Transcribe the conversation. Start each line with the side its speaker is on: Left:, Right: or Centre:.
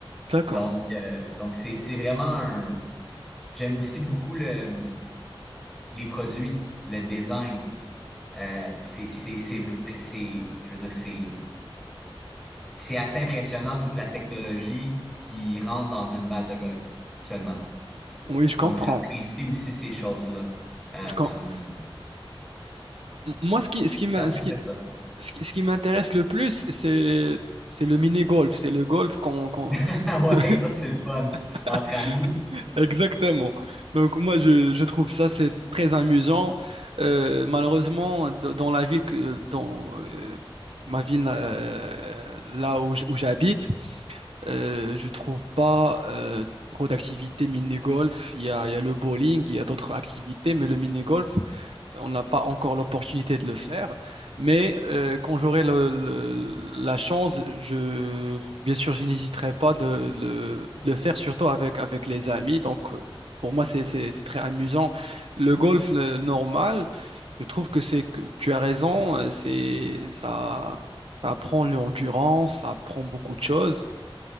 Right: d'accord.
Centre: Donc, euh, donc c'est, c'est vraiment un... J'aime aussi beaucoup le, les produits, le design. Euh, c'est, c'est, c'est, vrai- c'est, je veux dire, c'est c'est assez impressionnant toute la technologie qui rentre dans une balle de golf seulement.
Right: Oui, je
Centre: Donc,
Right: comprends.
Centre: j'apprécie aussi ces choses-là. Euh,
Right: Je com-
Centre: euh,
Right: M- Moi, ce qui, ce qui m'a-
Centre: c'est à peu
Right: ce
Centre: près
Right: qui,
Centre: ça.
Right: ce qui- ce qui m'intéresse le plus, c'est, c'est le mini-golf. C'est le golf qu'on, qu'on-
Centre: <laughs> Ouais,
Right: que-
Centre: ça, c'est le fun.
Right: <laughs>
Centre: Entre amis.
Right: Exactement. Donc moi je, je trouve ça c'est très amusant. Euh, malheureusement d- dans la ville que dans euh, ma ville euh, là où j- où j'habite, euh, je trouve pas euh, trop d'activités mini-golf. Il y a, il y a le bowling, il y a d'autres activités, mais le mini-golf on n'a pas encore l'opportunité de le faire, mais euh, quand j'aurai le- le- la chance, je, bien sûr, je n'hésiterai pas de, de le faire, surtout avec, avec les amis. Donc, euh, pour moi, c'est, c'est, c'est très amusant. Le golf, le normal, je trouve que c'est, que tu as raison, euh, c'est, ça, ça apprend l'endurance, ça apprend beaucoup de choses.